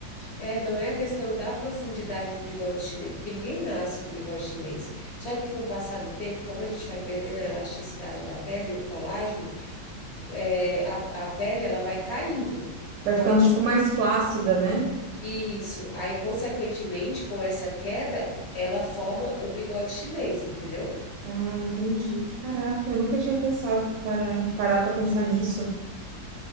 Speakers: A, on the left; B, on the right.
A: é, não é a questão da profundidade do bigode chinês, porque ninguém nasce com bigode chinês. Só que com o passar do tempo, como a gente vai perdendo a elasticidade da pele, o colágeno, é, a, a pele ela vai caindo.
B: Vai
A: Então,
B: ficando,
A: conse-
B: tipo, mais flácida, né?
A: isso. Aí, consequentemente, com essa queda, ela forma o bigode chinês, entendeu?
B: Ah, entendi. Caraca, eu nunca tinha pensado para parar pra pensar nisso.